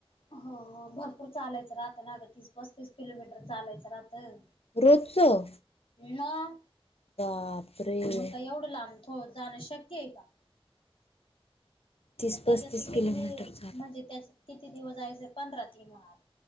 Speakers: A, on the left; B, on the left.
A: हा हा भरपूर चालायचं राहत ना गं तीस पस्तीस किलोमीटर चालायचं राहतं.
B: रोजचं?
A: नॉ,
B: बापरे
A: मग काय एवढं लांब तो जाणं शक्य हाय का?
B: तीस
A: आणि त्याच्यात
B: पस्तीस
A: ते किती
B: किलोमीटर चाल
A: म्हणजे त्याच्यात किती दिवस जायचे पंधरा तीन वार.